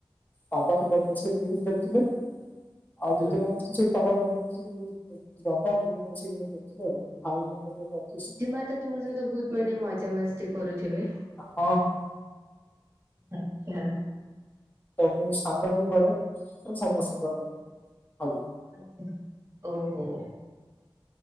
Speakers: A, on the left; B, on the right.
A: ବାପା ସେପଟେ ବସି ନ୍ୟୁଜ ଦେଖୁଥିଲେ ଆଉ
B: ହୁଁ।
A: ଜେଜେମା ସେଠି ବାପାଙ୍କ ପାଖରେ ବସିକି ନ୍ୟୁଜ ବାପା ଜେଜେମା ବସିକି ନ୍ୟୁଜ ଦେଖୁଥିଲେ। ଆଉ ଭାଇନାଙ୍କ ର ବି ଆଜି
B: ଜେଜେମା ତ ତୁମ ସହିତ ବହୁତ ମାନେ ମଜାମସ୍ତି କରୁଥିବେ।
A: ହଁ ହଁ। ହଁ
B: ଆଛା।
A: ତ ମୁଁ ସାନ ବି ଘରେ ତ ସମସ୍ତଙ୍କର ଭଲ।
B: ଆଛା ଓହୋ।